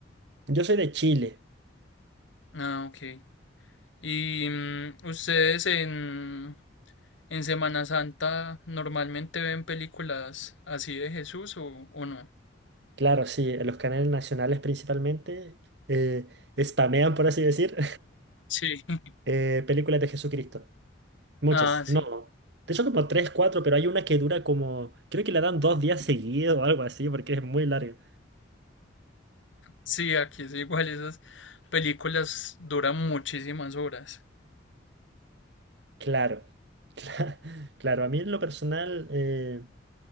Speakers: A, on the right; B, on the left.
A: Yo soy de Chile,
B: Ah, ok. ¿Y mm, ustedes en, en Semana Santa normalmente ven películas así de Jesús o, o no?
A: claro, sí, en los canales nacionales principalmente eh, spamean, por así decir,
B: Sí. <laughs>
A: <laughs> eh, películas de Jesucristo. Muchas,
B: Ah, sí.
A: no. De hecho como tres, cuatro, pero hay una que dura como, creo que la dan dos días seguidos o algo así, porque es muy larga.
B: Sí, aquí es igual. Esas películas duran muchísimas horas.
A: Claro, <laughs> cla- claro, a mí en lo personal eh,